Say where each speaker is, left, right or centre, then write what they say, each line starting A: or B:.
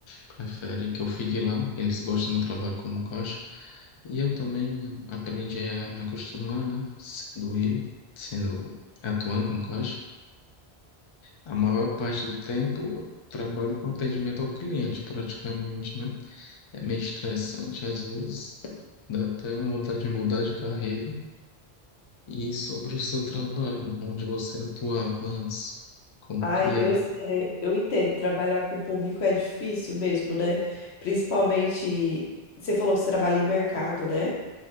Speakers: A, on the left (about 50°); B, on the left (about 80°).
A: prefere que eu fique lá. Eles gostam do meu trabalho como caixa. E eu também aprendi a me acostumar, né? Sendo ele, sendo atuando como caixa. A maior parte do tempo eu trabalho com atendimento ao cliente, praticamente, né? É meio estressante às vezes, dá até vontade de mudar de carreira. E sobre o seu trabalho, onde você atuava antes, como
B: Ai,
A: que era
B: eu, é, eu entendo, trabalhar com o público é difícil mesmo, né? Principalmente, você falou que você trabalha em mercado, né?